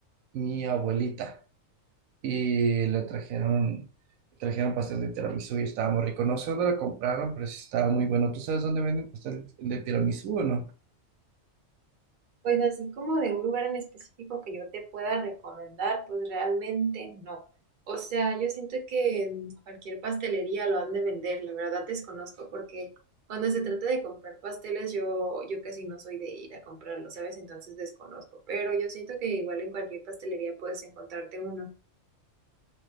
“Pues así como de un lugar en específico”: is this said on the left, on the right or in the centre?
Right